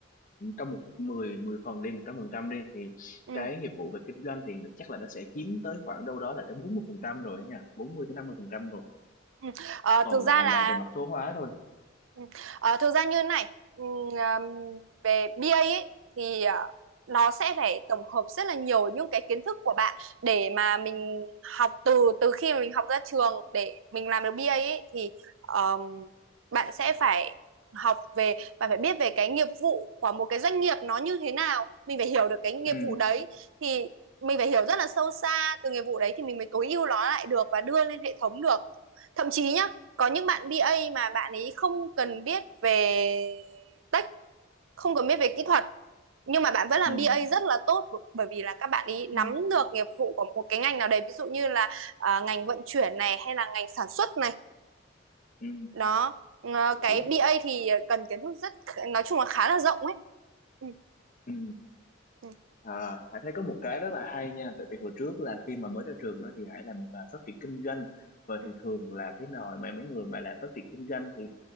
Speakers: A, on the left; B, on the right.
A: trong một 10 10 phần đi 100% đi thì
B: ừ,
A: cái nghiệp vụ về kinh doanh thì chắc là nó sẽ chiếm tới khoảng đâu đó là tới 40% rồi ấy nha 40 tới 50% rồi
B: ừ. Ờ,
A: còn
B: thực ra
A: lại
B: là
A: là về mặt số hóa thôi
B: Ừ. Ờ, thực ra như này ừm, ờm, về BA ấy, thì ờ, nó sẽ phải tổng hợp rất là nhiều những cái kiến thức của bạn để mà mình học từ từ khi mà mình học ra trường để mình làm được BA ấy, thì ờm, bạn sẽ phải học về và phải biết về cái nghiệp vụ của một cái doanh nghiệp nó như thế nào mình phải hiểu được cái nghiệp
A: ừ
B: vụ đấy thì mình phải hiểu rất là sâu xa từ nghiệp vụ đấy thì mình mới tối ưu nó lại được và đưa lên hệ thống được thậm chí nhá có những bạn bê A mà bạn ấy không cần biết về tech không cần biết về kỹ thuật nhưng mà bạn vẫn làm
A: ừ
B: bê A rất là tốt bởi vì là các bạn ý
A: ừ
B: nắm được nghiệp vụ của một cái ngành nào đấy ví dụ như là à, ngành vận chuyển này hay là ngành sản xuất này
A: ừ
B: đó Ờ,
A: hiểu
B: cái bê A thì cần kiến thức rất nói chung là khá là rộng ấy ừ,
A: ừ
B: ừ,
A: À, Hải thấy có một cái rất là hay nha, tại vì hồi trước là khi mà mới ra trường đó thì Hải làm à, phát triển kinh doanh và
B: ừ,
A: thì thường là cái nồi mà mấy người mà làm phát triển kinh doanh thì